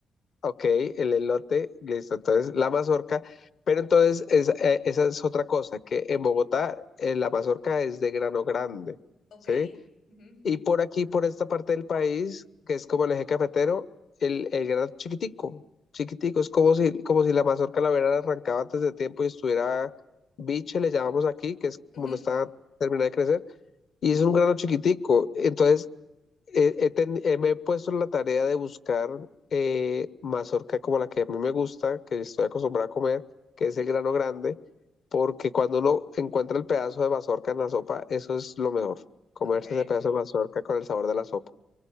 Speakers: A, on the left; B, on the left.
A: Ok, el elote, listo. Entonces, la mazorca. Pero entonces, es- eh, esa es otra cosa, que en Bogotá eh, la mazorca es de grano grande,
B: Ok.
A: ¿sí?
B: ujú,
A: Y por aquí, por esta parte del país, que es como el eje cafetero, el, el grano chiquitico, chiquitico, es como si, como si la mazorca la hubiera arrancado antes de tiempo y estuviera biche, le llamamos aquí, que es
B: ujú,
A: como no está terminada de crecer, y es un grano chiquitico. Entonces, he- he ten- eh, me he puesto en la tarea de buscar eh, mazorca como la que a mí me gusta, que estoy acostumbrada a comer, que es el grano grande, porque cuando uno encuentra el pedazo de mazorca en la sopa, eso es lo mejor, comerse
B: Ok.
A: ese pedazo de mazorca con el sabor de la sopa.